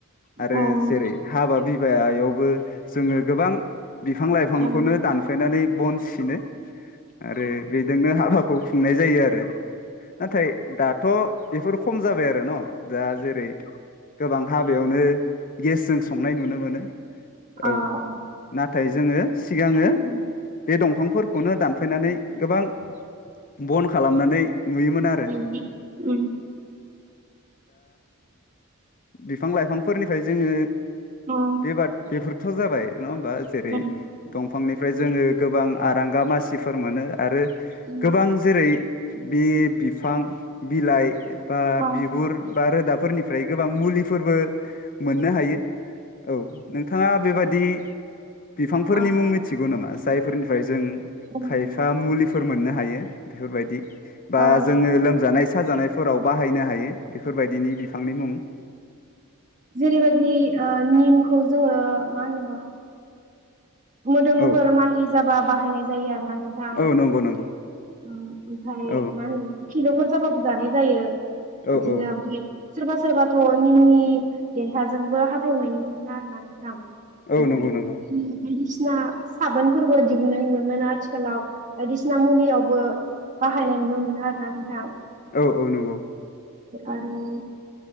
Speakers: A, on the left; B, on the right.
A: आरो
B: ओं
A: जेरै हाबा बिबायावबो जोङो गोबां बिफां लाइफांखौनो
B: ओं उम
A: दानफायनानै बन सिनो आरो बेजोंनो हाबाखौ खुंनाय जायो आरो नाथाय दाथ' बेफोर खम जाबाय आरो न' दा जेरै गोबां हाबायावनो गेसजों संनाय नुनो मोनो औ
B: अ -अ
A: नाथाय जोङो सिगाङो
B: उम
A: बे दंफांफोरखौनो दान फैनानै गोबां बन खालामनानै नुयोमोन आरो
B: उम उम
A: बिफां - लाइफांफोरनिफ्राय जोङो
B: अ
A: बेबाद बेफोरथ' जाबाय नङा होमबा जेरै
B: उम
A: दंफांनिफ्राय जोङो गोबां आरांगा मासिफोर मोनो आरो
B: अ
A: गोबां जेरै बे बिफां बिलाइ बा
B: अ
A: बिगुर बा रोदाफोरनिफ्राय गोबां मुलिफोरबो मोननो हायो औ नोंथाङा बेबाददि बिफांफोरनि
B: अ अ
A: मुं मिथिगौ नामा जायफोरनिफ्राय जों
B: अ
A: खायफा मुलिफोर मोननो हायो बेफोरबायदि बा
B: ओ
A: जोङो लोमजानाय- साजानायफोराव बाहायनो हायो बेफोरबायदिनि बिफांनि मुं
B: जेरैबायदि निमखौ जोङो मा होनो मोदोमफोर
A: औ
B: मानि जाबा बाहायनाय जायो आरो मा नोंथां
A: औ नंगौ नंगौ
B: ओमफ्राय
A: औ
B: मा होनो फिलौफोर जाबाबो जानाय जायो बिदिनो
A: औ औ
B: ब सोरबा सोरबाथ' निमनि देन्थाजोंबो हाथाय हुनाय नुयोमोन आरोना नोंथां
A: औ
B: हाय
A: नंगौ नंगौ
B: बायदिसिना साबोनफोरबो दिहुननाय मोनोमोन आथिखालाव बायदिसिना मुलियावबो बाहायनाय नुनो मोनो आरोना नोंथां
A: औ औ नंगौ
B: आरो